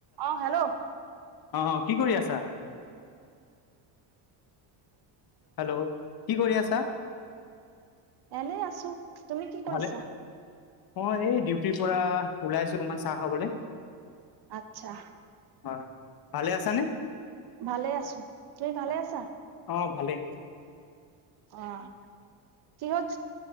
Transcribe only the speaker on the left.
অ', কি কৰি আছা? হেল্ল'! কি কৰি আছা?
ভালে মই এই ডিউটিৰ পৰা ওলাইছো অকমান চাহ খাবলে।
হয়। ভালে আছানে?
অ
অ ভালেই